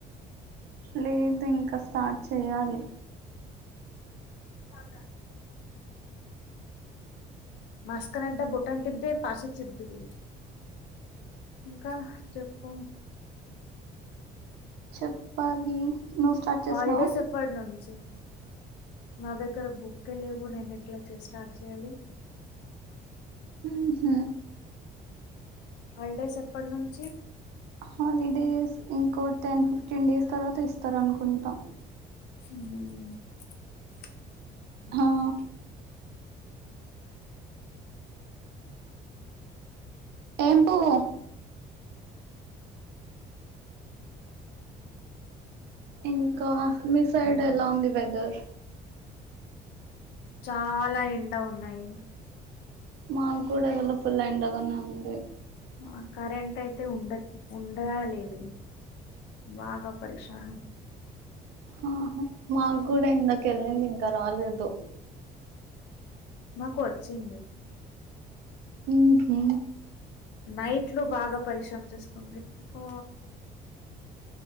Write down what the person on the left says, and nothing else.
సమ మస్కనడ్డా భూటన్ టిప్ ద పాశే చిిప్ దీగు ఇంకా చెప్పు
హలిడేస్ ఎప్పడి నుంచి నా దగ్గర బుక్కే లేవు నేను ఎట్లా చే స్టార్ట్ చేయాలి
హల్డేస్ ఎప్పటి నుంచి
అ
చాలా ఎండ ఉన్నాయి
మాకు కరెంట్ అయితే ఉండ ఉండ లేదు బాగా పరిషాని
మాకు వచ్చింది
నైట్లు బాగా పరేషాన్ చేస్తుంది పో